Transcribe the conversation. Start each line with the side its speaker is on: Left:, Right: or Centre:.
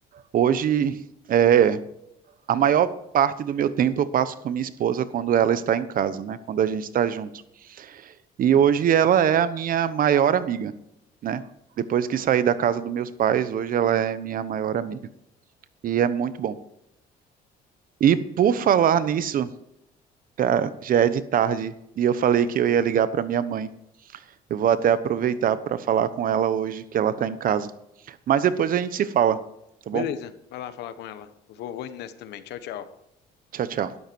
Right: Hoje, é, a maior parte do meu tempo eu passo com a minha esposa quando ela está em casa, né? Quando a gente está junto. E hoje ela é a minha maior amiga, né? Depois que saí da casa dos meus pais, hoje ela é minha maior amiga. E é muito bom. E por falar nisso, cara, já é de tarde e eu falei que eu ia ligar para minha mãe. Eu vou até aproveitar para falar com ela hoje que ela está em casa. Mas depois a gente se fala, tá
Left: Beleza,
Right: bom?
Left: vai lá falar com ela. Eu Vou, vou indo nessa também. Tchau, tchau.
Right: Tchau, tchau.